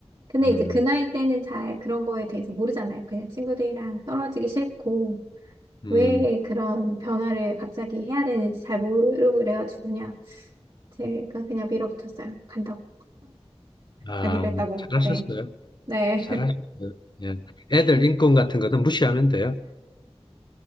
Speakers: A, on the right (about 45°); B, on the left (about 45°).
A: 근데
B: 음,
A: 이제 그 나이 때는 잘 그런 거에 대해서 모르잖아요. 그냥 친구들이랑 떨어지기 싫고
B: 음.
A: 왜 그런 변화를 갑자기 해야 되는지 잘 모르고 그래가지고 그냥 제가 그냥 밀어붙였어요. 간다고.
B: 아,
A: 가기로 했다고.
B: 잘하셨어요.
A: 네. 네.
B: 잘할 수 있어요. 예. 애들 인권 같은 거는 무시하면 돼요.